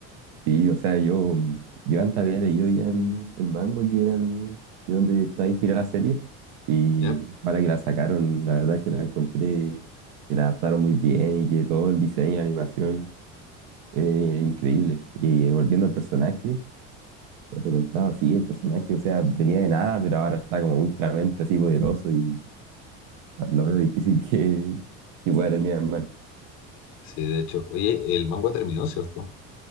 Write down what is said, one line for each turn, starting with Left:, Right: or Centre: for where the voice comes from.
Right: Sí, o sea, yo, mm, yo antes había leído ya el, el manga que era el- de donde está inspirada la serie. Y
Left: ¿Ya?
Right: ahora que la sacaron, la verdad es que la encontré, que la adaptaron muy bien y que todo el diseño, la animación, es increíble. Y, eh, volviendo al personaje, como te contaba, sí, el personaje, o sea, venía de nada, pero ahora está como ultramente así poderoso y Lo veo difícil que, que pueda terminar mal.
Left: Sí, de hecho. Oye, el manga terminó, ¿cierto?